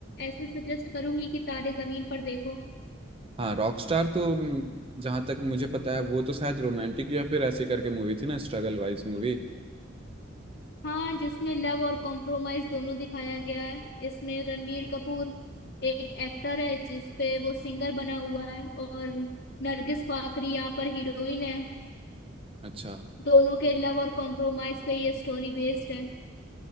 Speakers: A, on the left; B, on the right.
A: ऐसे सजेस्ट करूंगी कि तारे जमीन पर देखो
B: हाँ रॉकस्टार तो हम्म, जहाँ तक मुझे पता है वो तो शायद रोमांटिक या फिर ऐसे करके मूवी थी ना स्ट्रगल वाइज मूवी
A: हाँ जिसमें लव और कॉम्प्रोमाइज दोनों दिखाया गया है इसमें रणवीर कपूर एक एक्टर है जिसपे वो सिंगर बना हुआ है और नरगिस फाकरी यहाँ पर हीरोइन है
B: अच्छा
A: दोनों के लव और कॉम्प्रोमाइज पे ये स्टोरी बेस्ड है